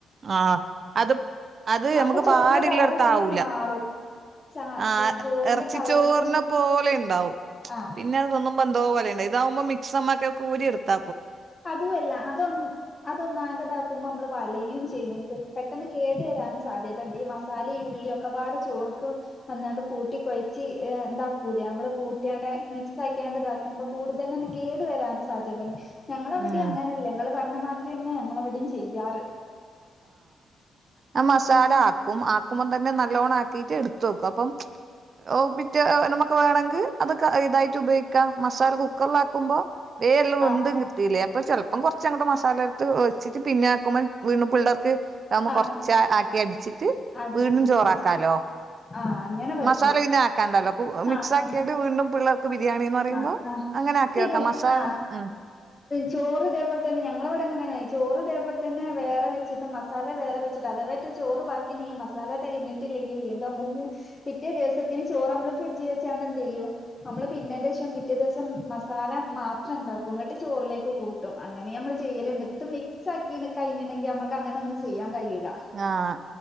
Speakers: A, on the right; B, on the left.
A: ആ അത് അത്
B: അപ്പൊ
A: നമുക്ക്
B: ചോറിന്റെ
A: പാട്
B: കളറ്
A: ള്ളടത്ത
B: തന്നെ
A: ആവൂല
B: മാറും ചാ
A: ആ
B: ചോറിന്റെ
A: ഇറച്ചി
B: കളറ്
A: ചോറിന
B: തന്നെ
A: പോലെ ഇണ്ടാവും
B: ആഹ്
A: പിന്നെ അതൊന്നും ബന്ധോ പോലെുണ്ട് ഇതാവുമ്പോ മിക്സ്മ്ക്കിയെ കൂരിഎടുത്ത
B: അതും അല്ല അതൊ അതൊന്നാകതാക്കുമ്പോ നമ്മള് വലയും ചെയ്യും ചെയ്യ പെട്ടെന്ന് കേടു വരാനും സാധ്യതുണ്ട് ഈ മസാല ഉള്ളി ഒക്കെപാട് ചോറ്ക്ക് വന്നാണ്ട് കൂട്ടി കൊഴച്ച്ദാ കൂലെ നമ്മള് കൂട്ടാണ്ടെ മിക്സആ ക്യാ ണ്ട് ഇദാ മ്പോ കൂടുതന്നും കേട് വ ൻ സാധ്യതണ്ട് ഞങ്ങളവിടെയും
A: ഉം
B: അങ്ങനെല്ല ങ്ങങ്ങള് പറഞ്ഞ മാതിരി തന്നെ ഞങ്ങവിടെയും ചെയ്യാറ്
A: ആ മസാല
B: ഉം
A: ആക്കും ആക്കുമ്പോം തന്നെ നല്ലോണ്ണം ആക്കീട്ട് എടു എത്തോക്കും അപ്പം ഒ പിറ്റ നമുക്ക് വേണമെങ്കിൽ അതൊക്കെ ഇതായിട്ട് ഉപയോഗിക്കാം മസാല കുക്കറിലാക്കുമ്പോ വേം എല്ലാം വേണ്തും
B: ആഹ് ആഹ്
A: കിട്ടില്ലേ അപ്പ ചിലപ്പം കൊറച്ചങ്ങടെ മസാല എടുത്ത് വച്ചിട്ട് പിന്നെ ആക്കുമ്പോ വീ പിള്ളേർക്ക് നമ്മ
B: ആഹ്
A: കൊറച്ച ആക്കി അടിച്ചിട്ട്
B: അടിച്ചിട്ട്
A: വീടും ചോറാക്കാലോ
B: ആഹ് അങ്ങനെ പറ്റും
A: മസാല ഇന്നെ ആക്കാണ്ടല്ലോ ഉ മിക്സ്
B: ആഹ്
A: ആക്കിയിട്ട്
B: ആഹ്
A: വീണ്ടും പിള്ളേർക്ക് ബിരിയാണി എന്ന് പറയുമ്പോ
B: ആഹ് ആഹ്
A: അങ്ങനെ ആക്കി
B: ബിരി
A: വക്കാം മസാല
B: ആഹ്
A: ഉം
B: ചോറ് ഇതേപോല തന്നെ ഞങ്ങളെവിടെ ങ്ങനെയ ചോറ് ഇതേപോലെന്നെ വേറെ വെചിട്ട് മസാല വേറെ വെച്ചിട്ട് അഥേവേറ്റ ചോറ്ബാക്കിഇണ്ടങ്കിൽ മസാല തികഞ്ഞിട്ടില്ലങ്കൽ വീണ്ടുംമ്മ പിറ്റേ ദിവസത്തിന് ചോറ നള് ഫ്രിഡ്ജ് വെച്ചാണ്ട്ന്തന്ത് ചെയ്യും നമ്മള് പിന്നെന്റെ ശേഷം പിറ്റേ ദിവസം മസാല മാത്രം ഇണ്ടാക്കും എന്നിട്ട് ചോറിലേക്ക് കൂട്ടും അങ്ങനെ നമ്മ ചെയ്യലണ്ട് ത്ത് മിക്സ് കഴിഞ്ഞണെങ്കി അമ്മക്ക് അങ്ങനെ ഒന്നും ചെയ്യാൻ കഴിയില്ല
A: ആഹ്